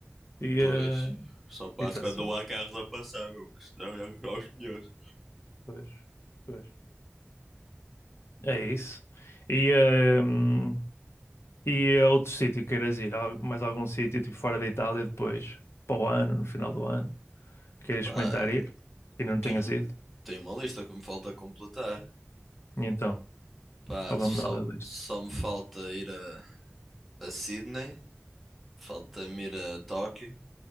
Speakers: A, on the left; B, in the centre.
A: e
B: Pois.
A: eh,
B: Só passo
A: e está-se
B: quando não
A: bem.
B: há carros a passar, meu, que senão já, já os conheço.
A: Pois, pois. É isso. E, eh, hum, e a outro sítio que queiras ir, Al- mais algum sítio, tipo fora da Itália depois, para o ano, no final do ano, queiras
B: Pá,
A: experimentar ir, que ainda não tenhas
B: tenho,
A: ido?
B: tenho uma lista que me falta completar.
A: E então,
B: Pá,
A: fala-me
B: só,
A: nada da lista.
B: só me falta ir a, a Sydney. Falta-me ir a Tóquio.